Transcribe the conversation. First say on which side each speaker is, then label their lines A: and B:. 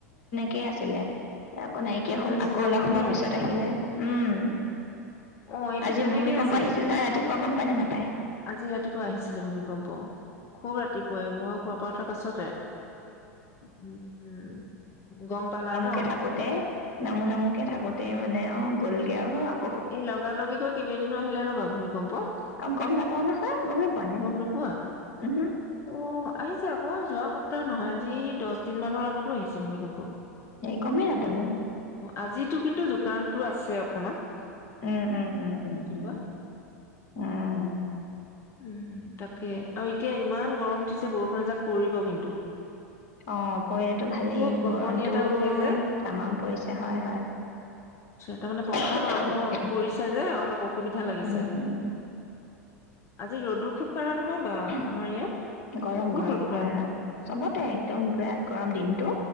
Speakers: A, on the left; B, on the left.
A: কেই আছিলে। আকৌ নাইকিয়া হ'ল, আকৌ
B: ছিজনৰ
A: অলপ সময়ৰ
B: ন
A: পিছত আহিলে উম।
B: অ', এইটো
A: আজি
B: তেনেকেই
A: ভূমিকম্প
B: আছে।
A: আহিছিল নহয় ৰাতিপুৱা গম পালে নাপায়
B: আজি ৰাতিপুৱা আহিছিলে, ভূমিকম্প খুব ৰাতিপুৱাই মই শুৱাৰ পৰা উঠাৰ পাছতে উম, উম, গম পালা ন?
A: কে থাকোতে নামো নামোকে থাকোতেই মানে আও গ'লগে আও
B: এ লগা লগিকৈ কেইবাদিনো আহিলে ৰবা ভুমিকম্প।
A: আৰু গম নাপাও নহয় গমেই পোৱা নাই
B: গ'ম নোপোৱা?
A: উহো
B: অ' আহিছে আকৌ যোৱা সপ্ত ত নহয় আজি দচ দিন মানৰ আগতো আহিছে ভূমিকম্প।
A: এ, গমেই নাপালো।
B: আজিটো কিন্তু জোকাৰনটো আছে অকমান।
A: উম, উম, উম, উম,
B: ৰাতিপুৱা
A: উম, উমম।
B: উম তাকে, আৰু এতিয়া ইমান গৰম উঠিছে বৰষুণ এজাক পৰিব কিন্তু।
A: অঁ, পৰিলেটো ভালেই
B: খুব গপনি
A: গৰমটো
B: এটা উঠে যে
A: তামাম পৰিছে। হয়, হয়।
B: তাৰমানে প্ৰথম
A: <unintelligible>
B: আৰম্ভ অ' পৰিছে যে অলপ অসুবিধা লাগিছে।
A: উম হম
B: আজি ৰ'দো খুব
A: <unintelligible>
B: কাঢ়া নহয় বা আমাৰ ইয়াত
A: গৰম-গৰম
B: বহুত ৰ'দ
A: হয়,
B: কাঢ়া
A: হয়। চবতে
B: উম
A: একদম বিৰাট গৰম দিনতটো।